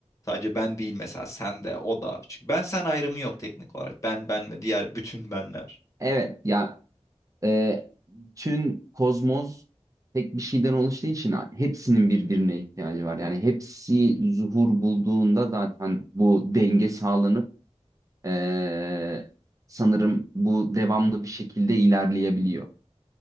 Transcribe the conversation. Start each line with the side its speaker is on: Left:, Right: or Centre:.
Left: Sadece ben değil mesela sen de o da. Çünkü ben sen ayrımı yok teknik olarak. Ben ben ve diğer bütün benler.
Right: Evet ya e, tüm kozmos tek bir şeyden oluştuğu için hepsinin birbirine ihtiyacı var. Yani hepsi zuhur bulduğunda zaten bu denge sağlanıp e, sanırım bu devamlı bir şekilde ilerleyebiliyor.